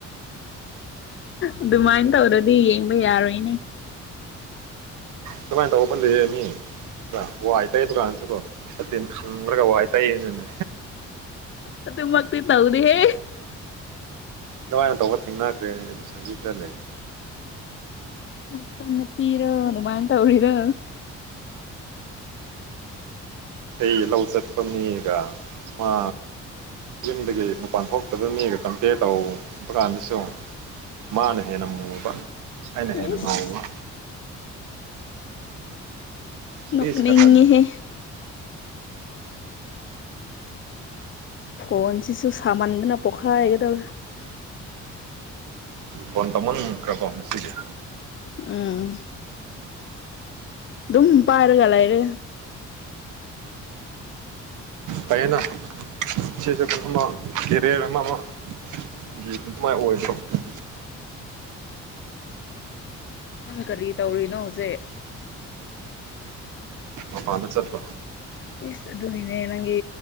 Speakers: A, on the left (about 40°); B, on the right (about 80°).
A: ꯑꯗꯨꯃꯥꯏꯅ ꯇꯧꯔꯗꯤ ꯌꯦꯡꯕ ꯌꯥꯔꯣꯏꯅꯦ
B: ꯑꯗꯨꯃꯥꯏꯅ ꯇꯧꯕ <unintelligible> ꯃꯤ ꯋꯥꯏ ꯇꯩ ꯗꯨꯀꯥꯟꯁꯨ ꯀꯣ ꯁꯇꯤꯟ ꯈꯝ꯭ꯔꯒ ꯋꯥꯏ ꯇꯩꯌꯦꯅꯦꯅ
A: ꯑꯗꯨꯃꯛꯇꯤ ꯇꯧꯗꯤꯍꯦ
B: ꯑꯗꯨꯃꯥꯏꯅ ꯇꯧꯕ ꯊꯦꯡꯅꯈ꯭ꯔꯦ ꯑꯗꯨ ꯁꯟꯖꯤ ꯈꯔ ꯂꯩ
A: <unintelligible> ꯄꯤꯔꯣ ꯑꯗꯨꯃꯟ ꯇꯧꯔꯤꯔꯣ
B: ꯏꯜꯂ ꯂꯧ ꯆꯠꯄ ꯃꯤ ꯒꯥꯏꯅ ꯃꯥ ꯌꯨꯝꯗꯒꯤ ꯃꯄꯥꯟ ꯊꯣꯛꯇꯕ ꯃꯤꯒ ꯀꯝꯄꯦꯌꯔ ꯇꯧꯕ ꯀꯥꯟꯗꯁꯨ ꯃꯥꯅ ꯍꯦꯟꯅ ꯃꯨꯕ ꯑꯩꯅ ꯍꯦꯟꯅ
A: ꯏꯁ
B: ꯉꯧꯕ ꯀꯔꯤꯁꯨ
A: ꯅꯣꯛꯅꯤꯡꯉꯤꯍꯦ
B: ꯀꯥꯟꯅꯗꯦ
A: ꯐꯣꯟꯁꯤꯁꯨ ꯁꯥꯃꯟꯗꯅ ꯄꯣꯛꯈꯥꯏꯒꯗꯧꯔꯦ
B: ꯐꯣꯟ <unintelligible> ꯉꯁꯤꯗꯤ
A: ꯎꯝ ꯗꯨꯝ ꯄꯥꯔꯒꯂꯩꯔꯦ
B: ꯄꯩꯌꯦꯅ ꯁꯤꯁꯦ <unintelligible> ꯀꯦꯔꯤꯌ꯭ꯔ ꯑꯃꯃꯨꯛ <unintelligible>
A: ꯅꯪ ꯀꯔꯤ ꯇꯧꯔꯤꯅꯣ ꯍꯧꯖꯤꯛ
B: ꯃꯄꯥꯟꯗ ꯆꯠꯄ
A: ꯏꯁ ꯑꯗꯨꯒꯤꯅꯦ ꯅꯪꯒꯤ